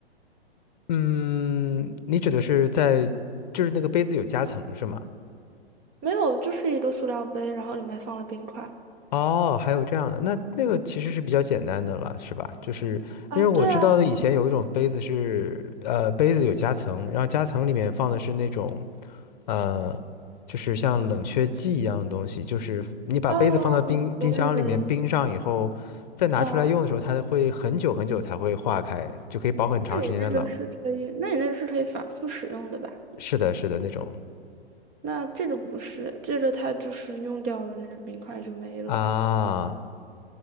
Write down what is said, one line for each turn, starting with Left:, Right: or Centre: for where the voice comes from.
Left: 嗯，你指的是在，就是那个杯子有夹层是吗？
Right: 没有，就是一个塑料杯，然后里面放了冰块。
Left: 哦，还有这样的，那那个其实是比较简单的了，是吧？就是因为我知道的，
Right: 啊，对啊，
Left: 以前有一种杯子是，呃，杯子有夹层，然后夹层里面放的是那种，呃，就是像冷却剂一样的东西，就是你把杯子放到冰冰箱里面冰上以后，
Right: 哦，我懂你的意，
Left: 再拿出来用的时候，
Right: 啊，
Left: 它会很久很久才会化开，就可以保很长时间的冷。
Right: 那你那个是可以，那你那个是可以反复使用的吧？
Left: 是的，是的，那种
Right: 那这个不是，这个它就是用掉了那个冰块就没了，
Left: 啊，